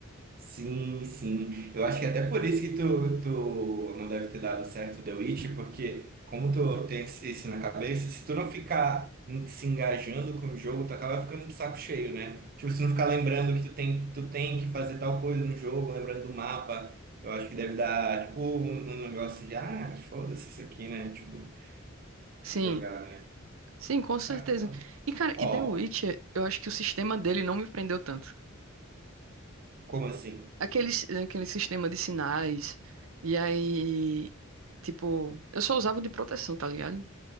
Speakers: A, on the right; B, on the right.
A: sim, sim. Eu acho que é até por isso que tu, tu não deve ter dado certo The Witch, porque como tu tem esse- isso na cabeça, se tu não ficar se engajando com o jogo, tu acaba ficando de saco cheio, né? Tipo, se não ficar lembrando que tu tem, tu tem que fazer tal coisa no jogo, lembrando do mapa, eu acho que deve dar, tipo, um, um negócio de, ah, foda-se isso aqui, né? Tipo,
B: Sim,
A: de jogar, né?
B: sim, com
A: Saca?
B: certeza.
A: Então,
B: E, cara,
A: ó,
B: e The Witcher, eu acho que o sistema dele não me prendeu tanto.
A: como assim?
B: Aquele, aquele sistema de sinais, e aí, tipo, eu só usava o de proteção, tá ligado?